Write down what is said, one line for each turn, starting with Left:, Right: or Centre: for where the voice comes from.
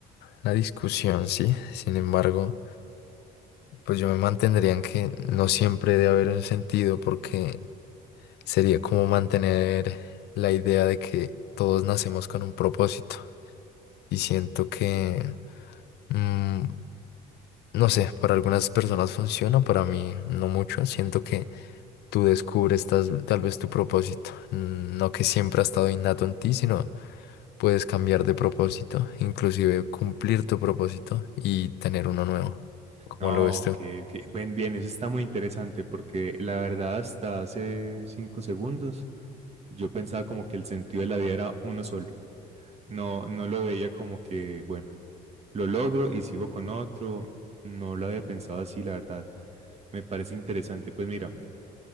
Left: la discusión, sí. Sin embargo. Pues yo me mantendría en que no siempre debe haber un sentido porque sería como mantener la idea de que todos nacemos con un propósito y siento que, mm, no sé, para algunas personas funciona, para mí no mucho, siento que tú descubres tas- tal vez tu propósito, mm, no que siempre ha estado innato en ti, sino puedes cambiar de propósito, inclusive cumplir tu propósito y tener uno nuevo. ¿Cómo
Right: No,
Left: lo ves tú?
Right: que, que bien, bien, eso está muy interesante porque la verdad hasta hace cinco segundos yo pensaba como que el sentido de la vida era uno solo. No, no lo veía como que, bueno, lo logro y sigo con otro. No lo había pensado así, la verdad. Me parece interesante. Pues mira,